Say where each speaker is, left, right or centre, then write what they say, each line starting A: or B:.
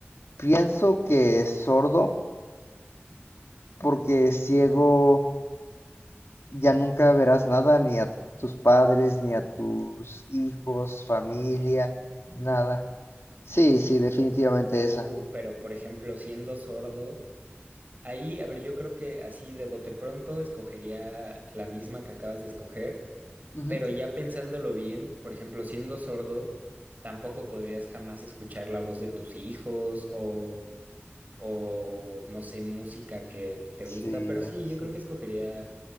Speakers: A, on the left; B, on the right.
A: Pienso que sordo porque ciego ya nunca verás nada, ni a tus padres, ni a tus hijos, familia, nada. Sí, sí, definitivamente
B: Uh,
A: esa.
B: pero por ejemplo, siendo sordo Ahí, a ver, yo creo que así de bote pronto escogería la misma que acabas de escoger,
A: Ujú.
B: pero ya pensándolo bien, por ejemplo, siendo sordo, tampoco podrías jamás escuchar la voz de tus hijos o, o no sé, música que te
A: Sí,
B: gusta, pero sí,
A: eso
B: yo
A: sí.
B: creo que escogería